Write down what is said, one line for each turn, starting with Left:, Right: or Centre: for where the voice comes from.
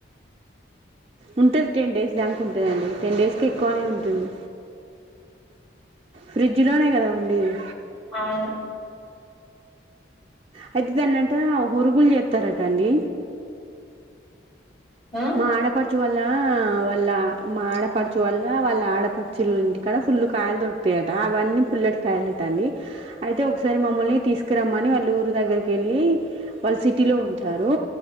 Right: ఉంటది టెన్ డేస్ దాంక ఉంటదండి. టెన్ డేస్ కి ఎక్కువనే ఉంటుంది ఫ్రిడ్ డ్జ్ లోనే గదా ఉండేది.
Centre: అవును
Right: అయితే దాన్నంటా ఒరుగులు జేత్తారట అండి.
Centre: ఆ
Right: మా ఆడపడ్ చు వాళ్ళ వాళ్ళ మా ఆడపడుచు వాళ్ళ వాళ్ళ ఆడపడుచులోలింటి కాడా ఫుల్లు కాయలు దొర్ క్ తయట అవన్నీ పుల్లటి కాయలటండి. అయితే ఒకసారి మమ్మల్ని తీస్క్ రమ్మని వాళ్ళూరు దగ్గరికెళ్ళి వాళ్ళు సిటీ లో
Centre: ఆ.
Right: ఉంటారు.